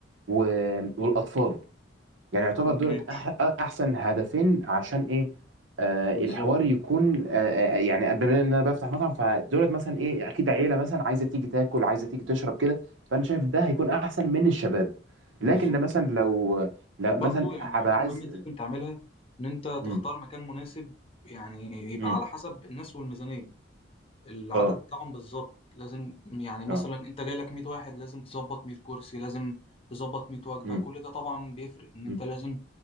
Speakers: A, on the right (about 85°); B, on the left (about 30°).
A: و- والأطفال يعني يعتبر دولت
B: ماشي
A: أح احسن هدفين عشان ايه آه
B: بالظبط
A: الحوار يكون آه آه، يعني بما ان انا بفتح مطعم فدولت مثلا ايه اكيد عيله مثلا عايزه تيجي تاكل عايزه تيجي تشرب كده فانا شايف ده هيكون احسن من الشباب
B: بالظبط
A: لكن ده مثلا لو لو
B: وبرضه
A: مثلا
B: يعني
A: هبقى
B: حاجه مهمه
A: عايز
B: انت لازم تعملها ان انت
A: مم،
B: تختار مكان مناسب يعني يبقى
A: مم،
B: على حسب الناس والميزانيه العدد
A: اه
B: بتاعهم بالظبط لازم يعني مثلا
A: اه
B: انت جاي لك 100 واحد لازم تظبط 100 كرسي لازم تظبط 100 وجبه
A: مم،
B: كل ده طبعا بيفرق ان
A: مم،
B: انت لازم